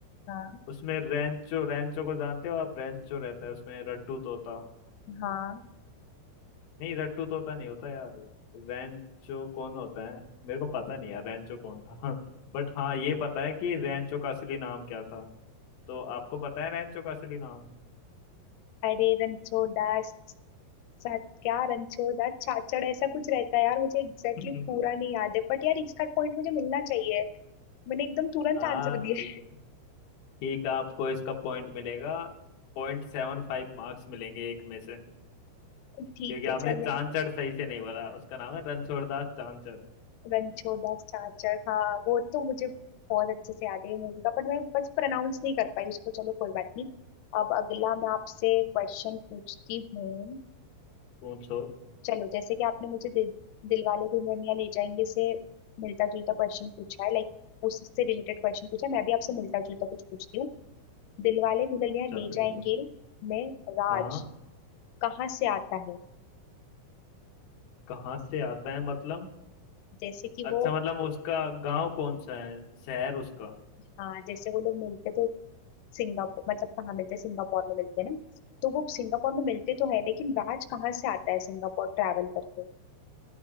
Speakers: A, on the left (about 90°); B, on the left (about 75°).
A: हाँ
B: उसमें रेंचो रेंचो को जानते हो आप रेंचो रहता है उसमें रट्टू तोता
A: हाँ
B: नहीं रट्टू तोता नहीं होता यार रेंचो कौन होता है मेरे को पता नहीं यार रेंचो कौन था <laughs> बट हाँ ये पता है कि रेंचो का असली नाम क्या था तो आपको पता है रेंचो का असली नाम
A: अरे रणछोड़ा स- सा- क्या रणछोड़ा छाछड़ ऐसा कुछ रहता है यार मुझे एग्जैक्टली
B: <laughs>
A: exactly पूरा नहीं याद है बट यार इसका पॉइंट मुझे मिलना चाहिए मैंने एकदम तुरंत
B: हाँ
A: आंसर दिया
B: ठीक है ठीक है ठीक है, आपको इसका पॉइंट मिलेगा पॉइंट सेवन फाइव मार्क्स मिलेंगे एक में से
A: <laughs> ठीक
B: क्योंकि
A: है
B: आपने
A: चले
B: चांचड़ सही से नहीं बोला उसका नाम है रणछोड़दास चांचड़
A: रणछोड़ा छाछड़ हाँ वो तो मुझे बहुत अच्छे से याद है मूवी का पर मैं बस प्रोनाउंस नहीं कर पाई उसको चलो कोई बात नहीं अब अगला मैं आपसे क्वेश्चन पूछती हूँ
B: पूछो
A: चलो जैसे कि आपने मुझे दिल, दिलवाले दुल्हनिया ले जाएंगे से मिलता जुलता क्वेश्चन पूछा है लाइक उससे रिलेटेड क्वेश्चन पूछा है, मैं भी आपसे मिलता जुलता कुछ पूछती हूँ दिलवाले दुल्हनिया
B: चल
A: ले
B: पूछो
A: जाएंगे में राज
B: हाँ
A: कहाँ से आता है
B: कहाँ से आता है मतलब
A: जैसे कि
B: अच्छा
A: वो
B: मतलब उसका गांव कौन सा है शहर उसका
A: हाँ जैसे वो लोग मिलते तो सिंगापुर मतलब कहाँ मिलते हैं? सिंगापुर में मिलते हैं ना तो वो सिंगापुर में मिलते तो है लेकिन राज कहाँ से आता है सिंगापुर ट्रैवल करके